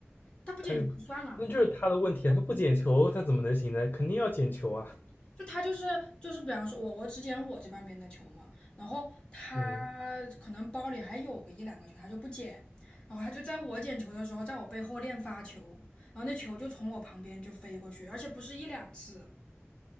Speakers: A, on the left; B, on the left.
A: 他不捡球就算了，
B: 他就不，那就是他的问题啊他不捡球，他怎么能行呢？肯定要捡球啊。
A: 就他就是就是，比方说我我只捡我这半边的球嘛，然后他可能包里还有个一两个球，
B: 嗯。
A: 他就不捡，然后他就在我捡球的时候，在我背后练发球，然后那球就从我旁边就飞过去，而且不是一两次，